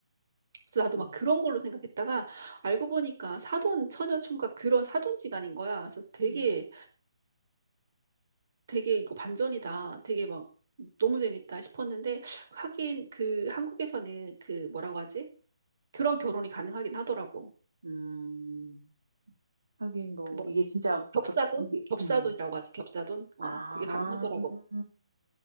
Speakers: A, on the right; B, on the right.
A: 그래서 나도
B: 음,
A: 막 그런 걸로 생각했다가 알고 보니까 사돈, 처녀 총각 그런 사돈지간인 거야. 그래서 되게
B: 음,
A: 되게 이거 반전이다. 되게 막 너무 재밌다 싶었는데 하긴 그 한국에서는 그 뭐라고 하지? 그런 결혼이 가능하긴 하더라고.
B: 음. 하긴 뭐
A: 그 뭐
B: 이게 진짜
A: 겹사돈?
B: 막 이게
A: 겹사돈이라고
B: 음.
A: 하지. 겹사돈? 어,
B: 아.
A: 그게 가능하더라고.